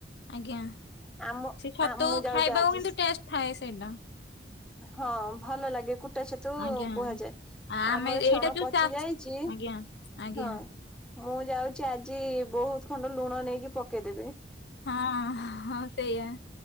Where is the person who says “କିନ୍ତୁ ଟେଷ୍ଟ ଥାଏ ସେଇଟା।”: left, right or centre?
Left